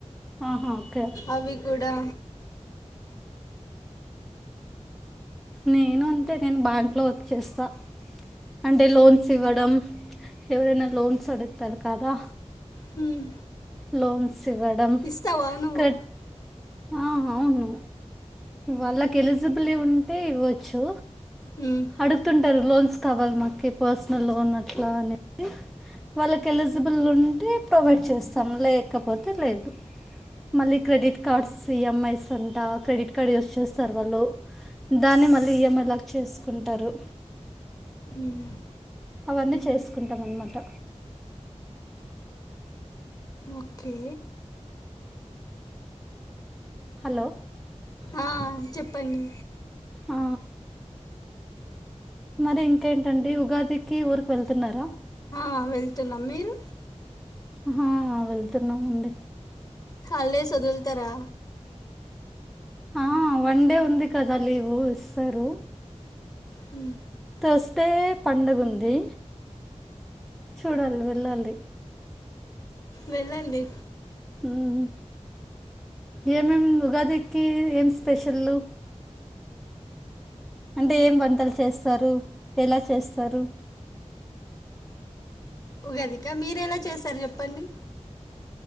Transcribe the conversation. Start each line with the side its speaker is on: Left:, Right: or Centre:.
Centre: ఆహా ఓకే
Left: అవి కూడా
Centre: నేను అంతే నేను బ్యాంక్లో వర్క్ చేస్తా అంటే లోన్స్ ఇవ్వడం ఎవరైనా లోన్స్ అడుగుతారు కదా
Left: హ్మ్.
Centre: లోన్స్ ఇవ్వడం
Left: ఇస్తావా నువ్వు
Centre: ఆ ఆ అవును వాళ్ళకి ఎలిజిబులి ఉంటే ఇవ్వచ్చు
Left: హ్మ్.
Centre: అడుగుతుంటారు లోన్స్ కావాలి మాకు పర్సనల్ లోన్ అట్లా అనేసి వాళ్ళకి ఎలిజిబుల్ ఉంటే ప్రొవైడ్ చేస్తాం లేకపోతే లేదు మళ్ళీ క్రెడిట్ కార్డ్స్ ఈఎంఐస్ అంట క్రెడిట్ కార్డ్ యూస్ చేస్తారు వాళ్ళు దాన్ని మళ్ళీ ఈఎంఐలో కి చేసుకుంటారు
Left: మ్మ్
Centre: అవన్నీ చేసుకుంటాం అన్నమాట
Left: ఓకే
Centre: హలో
Left: ఆ చెప్పండి
Centre: ఆ మరి ఇంకేంటండి ఉగాదికి ఊరికి వెళ్తున్నారా
Left: ఆ వెళ్తున్నాం మీరు
Centre: ఆ వెళ్తున్నామండి
Left: హాలిడేస్ వొదుళ్తారా
Centre: ఆ వన్ డే ఉంది కదా లీవు ఇస్తారు
Left: హ
Centre: ఫస్టే పండుగ ఉంది చూడాలి వెళ్ళాలి
Left: వెళ్ళండి
Centre: మ్మ్ ఏమేం ఉగాదికి ఏం స్పెషల్లు అంటే ఏం వంటలు చేస్తారు ఎలా చేస్తారు
Left: ఉగాదికి మీరు ఎలా చేశారు చెప్పండి